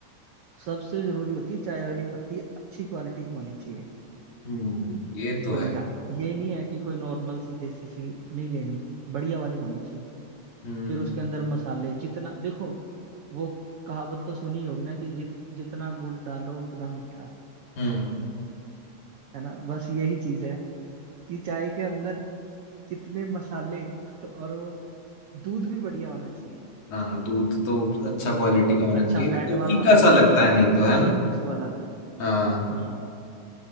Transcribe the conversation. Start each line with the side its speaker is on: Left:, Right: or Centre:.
Right: सबसे जरूरी होती है चाय वाली पत्ती अच्छी क्वालिटी की होनी चाहिए
Left: हम्म ये तो
Right: बढ़िया
Left: है
Right: ये नहीं है कि कोई नॉर्मल सी देसी सी नहीं लेनी बढ़िया वाली होनी चाहिए
Left: हम्म
Right: फिर उसके अंदर मसाले जितना देखो वो कहावत तो सुनी होगी ना कि जित जितना गुड़ डालो उतना मीठा
Left: हम्म
Right: है ना बस यही चीज है कि चाय के अंदर कितने मसाले <laughs> और वो दूध भी बढ़िया होना चाहिए
Left: हाँ दूध तो अच्छा क्वालिटी
Right: हाँ
Left: का होना
Right: अच्छा
Left: चाहिए नहीं
Right: फैट वाला
Left: तो फीका
Right: होना चाहिए
Left: सा लगता
Right: ये ना
Left: है
Right: हो
Left: नहीं
Right: कि
Left: तो है
Right: पानी
Left: ना
Right: मिक्स वाला दूध
Left: हाँ
Right: हाँ